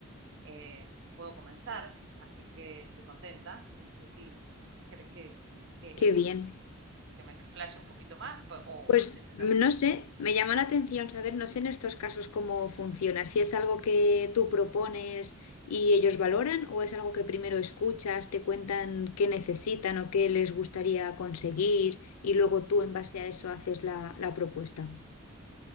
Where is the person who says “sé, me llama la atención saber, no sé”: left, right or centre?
Left